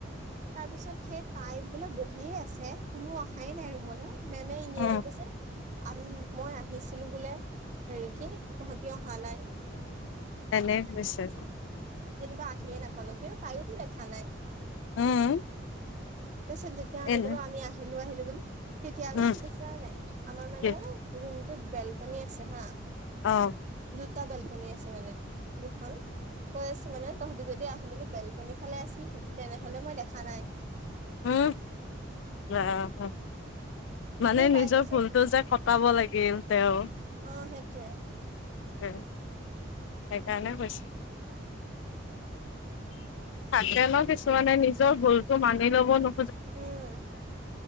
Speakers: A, on the right; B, on the left.
A: তাৰ পিছত সেই তাই বোলে বহিয়ে আছে কোনো অহাই নাই ৰুমলৈ মেমে এনেই
B: অ
A: এনে
B: অ
A: কৈছে। আম মই আহিছিলো বোলে হেৰিকি তহতি অহা নাই।
B: তেনে ভছত
A: বা আহিয়ে নাপালো কিন্তু তাইো বি দেখা নাই
B: উম,
A: তাৰিছততিয়া আমি
B: এনে
A: কলো আমি আহিলো - আহিলো বুলি তেতিয়া
B: উম,
A: কি কৈছা হয় নাই আমাৰ মানে
B: কি
A: ৰুমটোত বেলকনী আছে হা।
B: অঁ।
A: দুটা বেলকনী আছে মানে দুখন কৈ আছে মানে তহঁতি যদি আহি মেলি বেলকন। ফালে আছিল তেনেহলে মই দেখা নাই।
B: উম, আহ। মানে
A: কিন্তু তাই
B: নিজৰ
A: কৈছে
B: ভুলতো যে কটাব লাগিল তেওঁ
A: অ সেইটো য়ে
B: সেইকাৰ নে কছ তাকে ন কিছুমানে নিজৰ ভুলতো মানি লব নো
A: উম